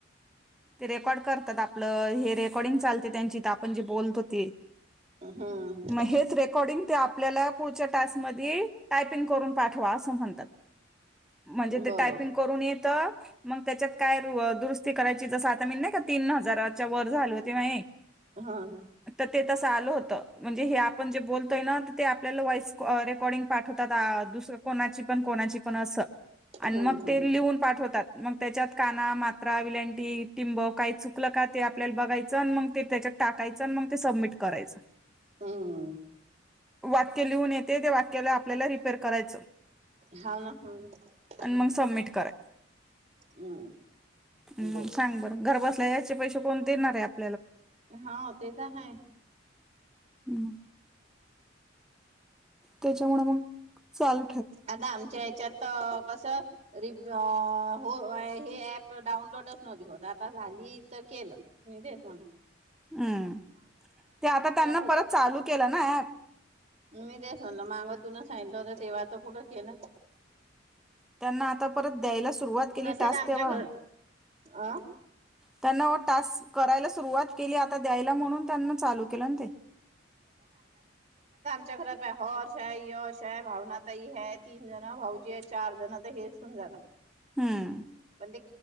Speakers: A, in the centre; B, on the right.
A: ते रेकॉर्ड करतात आपलं हेे रे कॉर्डींग चालते त्यांची त्या आपण जे बोलतो ते.
B: हम्म
A: मग हेच रेकॉर्डिंग ते आपल्याला पुढच्या टास्कमध्ये टायपिंग करून पाठवा असं म्हणतात. म्हणजे
B: बरोबर
A: ते टायपिंग करून ये त मग त्याच्यात काय र दुरुस्ती करा <unintelligible> <unintelligible> नाही का तीन हजारात च्या वर <unintelligible>
B: हां.
A: तर ते तसं आलं होतं, म्हणजे हे आपण जे बोलतोय ना ते आपल्याला वॉइस रेकॉर्डिंग पाठवतात आ दुसरं कोणाची पण कोणाची पण असं. आणि
B: हम्म
A: मग
B: हम्म
A: ते लिहून पाठवतात. मग त्याच्यात काना, मात्रा, विल टी टिम्ब, काय चुकलं का ते आपल्याला बघायचं अन मग त्याच्यात टाकायचं मग ते सबमिट करायचं.
B: हम्म
A: वाक्य लिहून येते त्या वाक्याला आपल्याला रिपेर करायचं.
B: हाव ना, हम्म
A: आणि
B: हम्म.
A: मग सबमिट
B: हम्म
A: ग
B: बरोबर
A: सांग बरं घर ब ल याचे पैसे कोण देणार आहेत
B: हा ते तर है
A: हम्म. त्याच्यामुळे मग चाल
B: आता आमच्या ह्याच्यात कसं र हो हे ऍप डाऊनलोडच नव्हती होत आता झाली तर केलं म तेच म्हणून
A: हम्म ते आता त्यांना
B: कुठ
A: परत चालू केलं ना ऍप
B: मी देस म्हलं माग तुून सांगितलं होत तेव्हा तर कुठं केलं
A: त्यांना आता परत द्यायलाच सुरुवात केली
B: तसंच
A: तास
B: आमच्या
A: तेव्हा
B: घर अ
A: त्यांना तास करायला सुरुवात केली आता द्यायला म्हणून त्यांना चालू केलं ना ते
B: त्याच्या घरात ह शाय य शाय भावना त ह ह तीन जण भाऊजी आहे चार जण तर हेच होण जात
A: हम्म
B: म्हंदे